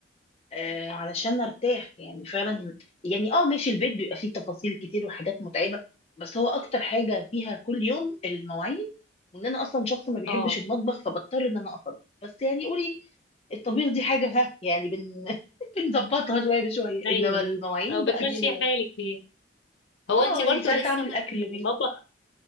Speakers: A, on the left; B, on the left.
A: آه علشان ارتاح يعني فعلا يعني اه ماشي البيت بيبقى فيه تفاصيل كتير وحاجات متعبة بس هو اكتر حاجة فيها كل يوم المواعين وان انا اصلا شخص ما بيحبش
B: اه
A: المطبخ فبضطر ان انا اطبخ بس يعني قولي الطبيخ دي حاجة ها يعني بن <laughs> بنظبطها شوية بشوية
B: ايوه
A: انما المواعين
B: او بتمشي
A: بقى دي ال-
B: حالك فيها هو
A: اه
B: انت برضو
A: يعني ساعات
B: لسه
A: اعمل اكل يومين
B: المطبخ